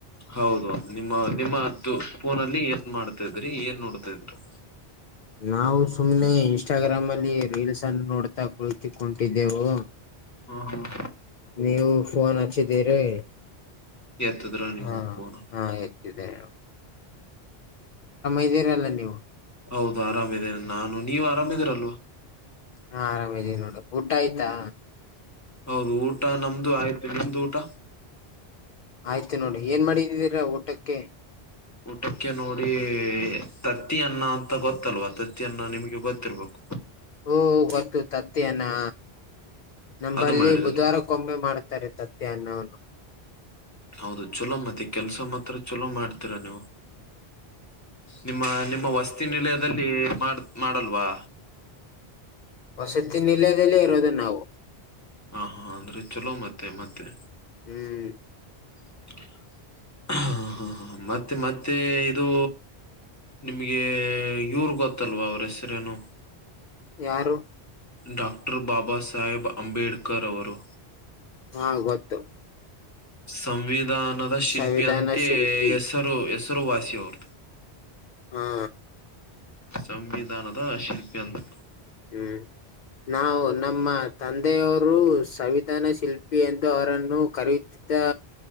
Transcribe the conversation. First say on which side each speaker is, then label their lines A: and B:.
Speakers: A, on the left; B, on the left.
A: ಹೌದುೌದು ನಿಮ್ಮ ನಿಮ್ಮ್ದು ಫೋನಲ್ಲಿ ಏನ್ ಮಾಡ್ತಾ ಇದ್ರಿ ಏನ್ ನೋಡ್ತಾ ಇದರು
B: ನಾವು ಸುಮ್ನೆ ಇನ್ಸ್ಟಾಗ್ರಾಮ್ ಅಲ್ಲಿ ರೀಲ್ಸ್ ಅನ್ನು ನೋಡ್ತಾ ಕುಳಿತಿಕಟಿದ್ದೆವು
A: ಹ್ಮ ಹ್ಮ
B: ನೀವು ಫೋನ್ ಹಚ್ಚಿದ್ದೀರಿ
A: ಎತ್ತದ್ರ ನೀವು
B: ಹ
A: ಫೋನ್
B: ಹ ಇದಿದೆ ಇದ್ದೀರಲ್ಲ ನೀವು
A: ಹೌದು ಆರಾಮದೆೇನೆ ನಾನು ನೀವ ಆರಾಮಿದೀರಲ್ವಾ
B: ಹಾ ಆರಾಮ ಇದೀವಿ ನೋಡು ಊಟ ಆಯ್ತಾ
A: ಹೌದು ಊಟ ನಮ್ದು ಆಯ್ತು ನಿಮ್ದು ಊಟ
B: ಆಯ್ತು ನೋಡಿ ಏನ್ ಮಾಡಿದಿದೀರಾ ಊಟಕ್ಕೆ
A: ಊಟಕ್ಕೆ ನೋಡಿ ತತ್ತಿ ಅನ್ನ ಅಂತ ಗೊತ್ತಲ್ವಾ ತತ್ತ ಅನ್ನ ನಿಮ್ಗೆ ಗೊತ್ತಿರ್ಬೇಕು
B: ಹಓ ಗೊತ್ತು ತತ್ತ ಅನಾ ನಮಂಬಲ್ಲಿ
A: ಅದು ಮಾಡಿದ
B: ಬುಧವಾರಕ್ಕಂಬೆ ಮಾಡ್ತಾರೆ ತ ನ್ನ
A: ಹೌದು ಚಲೋ ಮತ್ತೆ ಕೆಲ್ಸ ಮಾತ್ರ ಚಲೋ ಮಾಡ್ತೀರಾ ನೀವು ನಿಮ್ಮ ನಿಮ್ಮ ವಸ್ತಿ ನಿಲಯದಲ್ಲಿ ಮಾಡ ಮಾಡಲ್ವಾ
B: ವಸತಿ ನಿಲಯದಲ್ಲಿ ಇರೋದು ನಾವು
A: ಹ ಹಾ ಅಂದ್ರೆ ಚಲೋ ಮತ್ತೆ ಮತ್ತೆ
B: ಹ್ಮ್
A: ಹ
B: <unintelligible>
A: ಹೂ ಮತ್ತೆ ಮತ್ತೆ ಇದು. ನಿಮಗೆ ಇವರು ಗೊತ್ತಲ್ವಾ ಅವ್ರ ಹೆಸರೇನು.
B: ಯಾರು
A: ಡಾಕ್ಟರ್ ಬಾಬ ಸಾಹೇಬ್ ಅಂಬೇಡ್ಕರ್ ಅವರು
B: ಹಾ ಗೊತ್ತು.
A: ಸಂವಿಧಾನದ ಶಿಲ್ಪಿ
B: ಸಂವಿಧಾನ
A: ಅಂತೆ
B: ಶಿಲ್ಪಿ
A: ಹೆಸರು ಹೆಸರುವಾಸಿಯ ಅವ್ರದು.
B: ಹಾ
A: ಸಂವಿಧಾನದ ಶಿಲ್ಪಿ ಅಂದರು.
B: ಹು ನಾವು ನಮ್ಮ ತಂದೆಯವರು ಸಂವಿಧಾನ ಶಿಲ್ಪಿ ಎಂದು ಅವರನ್ನು ಕರೆಯುತ್ತೇವೆ. ತ್ತಾ